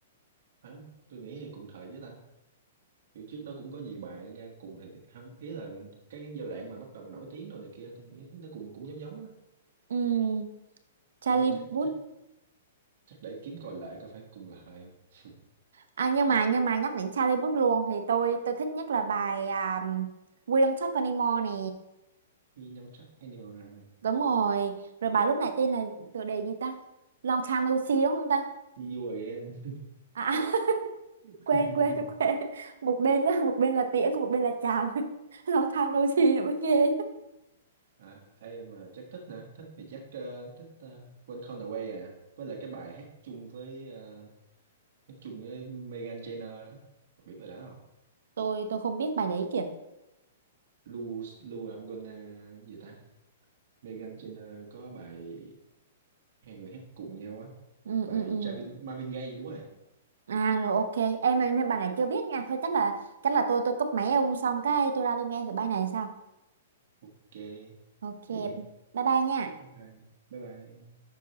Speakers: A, on the right (about 45°); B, on the right (about 85°).
A: phải tôi nghĩ cùng thời với ta kiểu trước đó cũng có nhiều bài ra cùng thời không ý là cái giai đoạn mà bắt đầu nổi tiếng rồi này kia tôi nghĩ nó cùng cũng giống giống á
B: Ừm, Charlie
A: không, chắc
B: Puth
A: chắc chắc để kiếm coi lại coi phải cùng là thời không <laughs>
B: À, nhưng mà nhưng mà nhắc đến Charlie Puth luôn thì tôi tôi thích nhất là bài à, We Don't Talk Anymore nè
A: We don't trust anyone
B: đúng rồi rồi bài lúc nãy tên là tựa đề gì ta Long Time No See đúng không ta
A: see you again
B: à, à, <laughs>
A: <laughs>
B: quên quên quên một bên á, một bên là tiễn một bên là chào <laughs> Long Time No See nữa mới ghê
A: À, ai mà chắc thích nè, thích thì chắc ờ, thích ờ, When Gone Away à, với lại cái bài hát chung với ờ, hát chung với Meghan Trainor đó, Không biết bài đó không?
B: tôi tôi không biết bài đấy kìa
A: Lu Lu I'm gonna gì ta? Meghan Trainor có bài hai người hát cùng nhau á,
B: ừ
A: bài
B: ừ ừ
A: Travin, Marvin Gaye đúng rồi.
B: à rồi ok em em em bài này chưa biết nha thôi chắc là chắc là tôi tôi cúp máy ông xong cái tôi ra tôi nghe thử bài này sao
A: Ok,
B: ok
A: vậy đi.
B: bye bye nha
A: Bye bye. Bye bye.